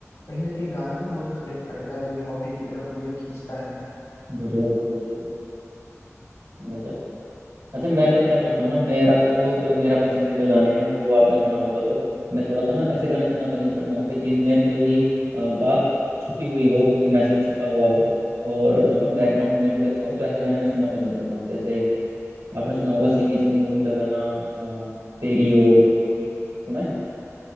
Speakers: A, on the left; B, on the right.
A: कहीं ना कहीं गाना ना मुझे कनेक्ट करता है मेरी हॉबी की तरफ मुझे खींचता है
B: बढ़िया बढ़िया बढ़िया गजब अच्छा मैं तो क्या सोचता हूँ ना मेरा तो जो मेरा पसंदीदा गाने हैं वो आपने सुना होगा तो मैं थोड़ा सा ना ऐसे गाने सुनना पसंद करता हूँ कि जिनमें कोई अ, बात छुपी हुई हो कोई मैसेज छुपा हुआ हो और उसका बैकग्राउंड म्यूजिक अच्छा हो तो ऐसे गाने मैं सुनना पसंद करता हूँ जैसे आपने सुना होगा सिंह इज किंग मूवी का गाना अ, तेरी ओर सुना है